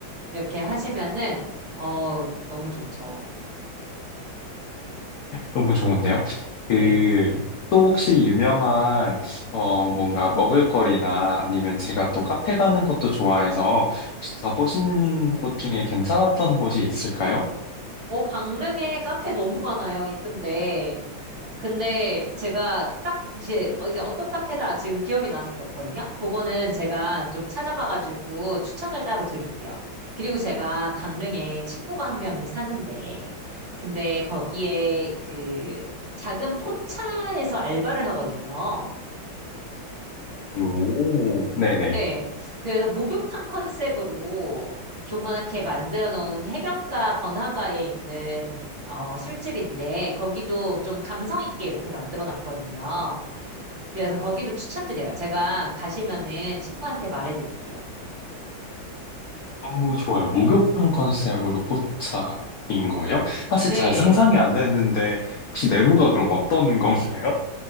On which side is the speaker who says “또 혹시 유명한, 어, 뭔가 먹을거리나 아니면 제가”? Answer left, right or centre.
Left